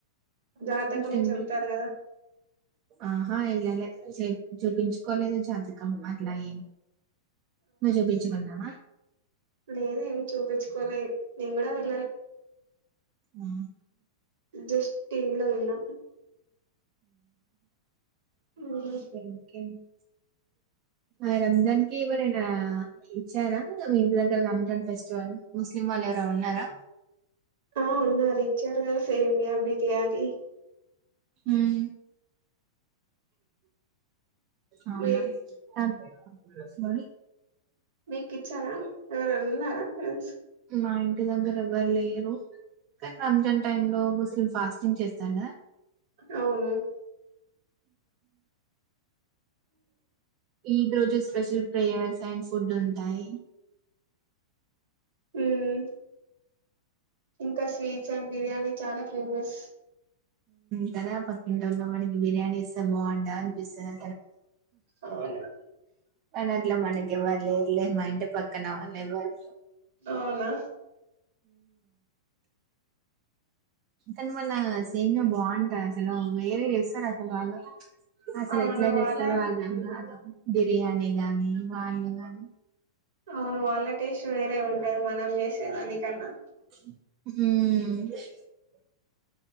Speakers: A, on the right; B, on the right.
A: జాతకం
B: టెంపుల్
A: చెప్తారు కదా
B: ఆహా ఎల్లెలె చూప కలేజ జాజ కమ్ మట్లాయిన్ మ చూపించుకున్నావా
A: లేద ఏమి చూపించుకోలే నేను కూడా వెళ్
B: ఉ
A: జస్ట్ టీవలో విన్న ఉమ్,
B: ఉ ఇంకేంటి అ ఆ రంజాన్ కి ఎవరైనా ఇచ్చారా మీ ఇంటి దగ్గర రంజాన్ ఫెస్టివల్ ముస్లిం వాళ్ళు ఎవరు ఉన్నారా
A: ఆ ఉన్నారు రిచ్చర్ గ సేమియా బిర్యానీ హ
B: ఉమ్, అవునా
A: మీ
B: సార
A: మీకు ఇచ్చారా ఎవరన్నారా ఫ్రెండ్స్
B: మా ఇంటి దగ్గర ఎవ్వరు లేరు కానీ రంజాన్ టై లో ముస్లిం ఫాస్టింగ్ చేస్త చాలా
A: అవును
B: ఈ రోజు స్పెషల్ ప్రేయర్స్ అండ్ ఫుడ్ ఉంటాయి
A: హ ఓకే ఇంకా స్వీట్స్ అండ్ బిర్యానీ చాలా ఫేమస్
B: తర ప ఇంటర్లో బిర్యానీ ఇస్తే బాగుండాల
A: అవును
B: కానీ అట్లా మనకి ఎవ్వరు లేరులే మా ఇంటి పక్కన వాళ్ళు ఎవ్వరు
A: అవునా
B: అని వాళ్ళ సేమే బాగుంటంది అసలు వేరే చేస్తారు అసలు వాళ్ళు అసలు
A: అవును
B: ఎట్లా చేస్తారు
A: వాళ్ళ
B: అర్ధం రాదు బిర్యానీ గానీ, వాళ్ళు గానీ
A: అవును వాళ్ళ టేస్ట్ వేరే ఉంటది మనం చేసేదానికి కన్న
B: హ